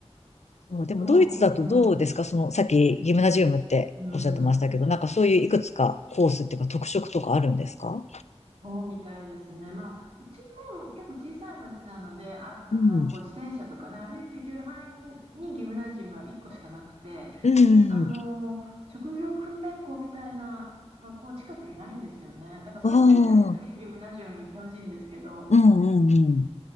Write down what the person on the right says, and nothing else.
でも、うん、
うん。
そうみたいですね。まあ、うちも結構小さい町なので、ある、あの、
こう自転車とかね、歩いて行ける範囲に、にギムナジウムは1個しかなくて、
です、あの、職業訓練校みたいな学校は近くにないんですよね。だからそういった意味でもぜひギムナジウムに行ってほしいんですけど、